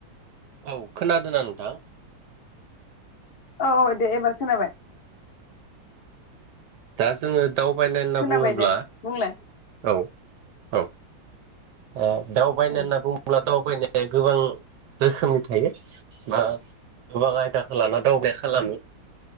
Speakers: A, on the right; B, on the left.
A: औ खोनादो ना नोंथां
B: औ दे एबार खोनाबाय
A: दा जोङो दावबायनाय होनना
B: खोनाबाय
A: बुङोब्ला
B: दे बुंलाय
A: औ औ ओ दावबायनाय
B: औ
A: होनना बुङोब्ला दावबायनाय गोबां रोखोमनि थायो बा गोबां आयदा लाना दावबाय खालामो